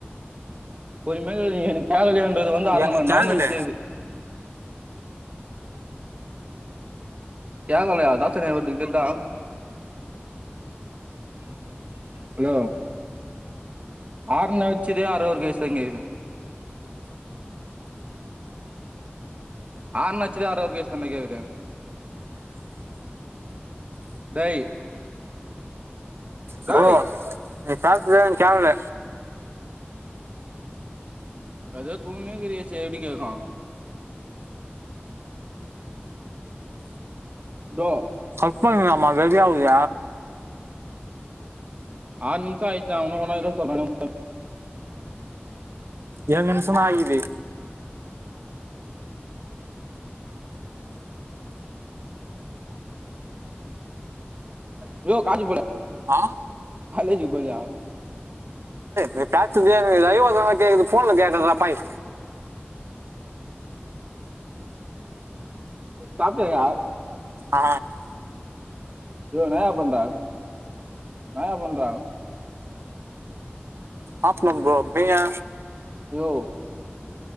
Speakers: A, on the right; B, on the right.
A: பொறுமயா கேக்குது எனக்கு கேகலயோ இப்ப இது வந்து அரமண்ணரம்
B: எனக்கு கேட்கல
A: வேஸ்ட் இது கேக்கலயா <unintelligible> ஹலோ ஆறுன வச்சதே ஆறவுறு வேஸ்ட் ஹா கேக்குது ஆர்னனச்சதே அர்ரவற் கய்சி தான்ட கேக்குதே டேய் டேய்
B: ப்ரோ நீ பேசுறதே கேக்கல
A: எதோ தூணுனே கரியா செ எப்படி கேக்கோ ப்ரோ
B: கட் பண்ணலாமா வெறியாவுது
A: ஆறுநிமிஷம் அய்ச்சா இனோ கோயின்நேரம் இருக்க சொல்றக
B: ஏழு நிமிஷம ஆகிது
A: ப்ரோ கலேஜி போலா
B: ஆ
A: கலேஜ் போலயா
B: நீ பேசாதே லைவதான் கேக்குது போன்ல கேக்லடா பாவி
A: சாப்டியா யா
B: ஆ
A: யோ நாயா பன்ற நயா பன்ற
B: ஆப் நம்போ பயா
A: யோ